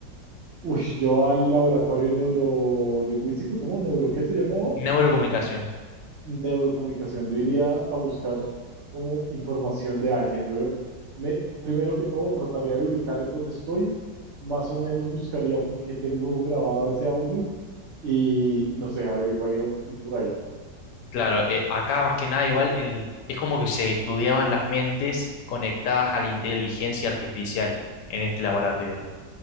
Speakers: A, on the right; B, on the left.
A: Uy, yo al laboratorio neurolingüístico, ¿cómo neuro? ¿Qué se llamó?
B: Neurocomunicaciones.
A: Neurocomunicación. Yo iría a buscar como información de alguien. Yo me, primero que todo, trataría de ubicar en dónde estoy. Más o menos buscaría por qué tengo grabado ese audio y, y no sé, averiguaría un poquito por ahí.
B: Claro, eh, acá más que nada igual el- es como que se estudiaban las mentes conectadas a la inteligencia artificial en este laboratorio.